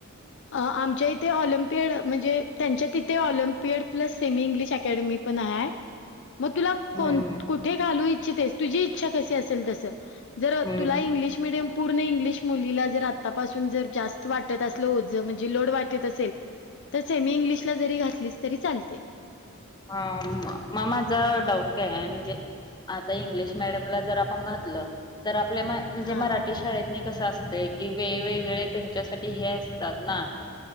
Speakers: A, on the left (about 60°); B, on the left (about 20°).
A: आमच्या इथे ऑलिम्पियड म्हणजे त्यांच्या ति. Olympiad plus semi English academy पण आहे मग तुला
B: हम्म हम्म
A: कुठे? <unintelligible>
B: हम्म
A: पूर्ण इंग्लिश मुलीला जर आतापासून जर जास्त वाटत असलं होत. म्हणजे लोड वाट असेल तर सेमी इंग्लिशला जरी घातली तरी चालते.
B: ह मग माझा डाऊट काय आहे म्हणजे आता इंग्लिश म आप घात आपल्याे
A: हा
B: मरा. कस असत कि वेगवेगळे त्यांच्यासाठी हे असतात ना.